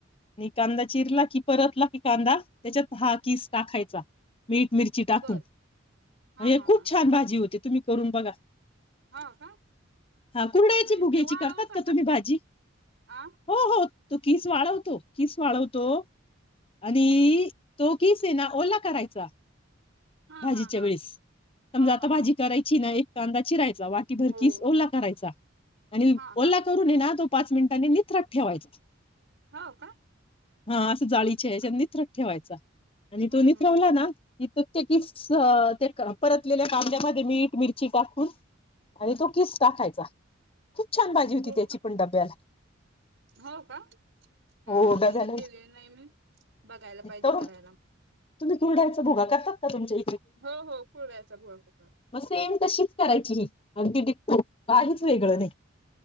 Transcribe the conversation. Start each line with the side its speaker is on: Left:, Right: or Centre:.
Left: कांदा चिरला की परतला की कांदा त्याच्यात हा खिस टाकायचा. मीठ मिरची टाकून
Right: हम्म. बर
Left: म्हणजे
Right: हा हा
Left: खूप
Right: हा
Left: छान भाजी होती. तुम्ही करुन बघा.
Right: हा का
Left: हा कुरवड्यायाची
Right: नाही
Left: भुग्याची
Right: ते वाळवता
Left: करतात का तुम्ही भाजी?
Right: आ
Left: हो, हो. तो किस वाळवतो, किस वाळवतो आणि तो किस हाय ना ओला करायचा.
Right: हा
Left: भाजीच्या
Right: हा हा
Left: वेळेस. समजा
Right: हा
Left: आता
Right: हा
Left: भाजी
Right: हा
Left: करायची नाही कांदा चिराय वाटीभर
Right: हो
Left: किस ओला करायचा आणि
Right: हा हा
Left: ओला करून है ना तो पाच मिनिटांनी निथरत ठेवायचा.
Right: हा का?
Left: हा अस जाळीच्या ह्याच्यामध्ये
Right: हा,
Left: नितरत ठेवायचा आणि
Right: हम्म
Left: तो नितरवला
Right: हम्म
Left: ना इथं तो किस अ ते परतलेल्या कांद्यामध्ये मीठ, मिरची टाकून आणि तो किस टाकायचा. खूप छान भाजी होती
Right: हो
Left: त्याचीपण
Right: का
Left: डब्याला.
Right: हो का? हा
Left: हो
Right: अजून
Left: डब्याला
Right: ते केलेलं नाही मी. बघायला पाहिजे
Left: तर
Right: करायला.
Left: तुम्ही कुरवड्याच्या बुगा करता? का तुमच्या हि
Right: हो हो कुरवड्याचा बुगा करतो आम्ही.
Left: मग सेम तशीच करायची ही अगदी डिक्टो काहीच वेगळं नाई.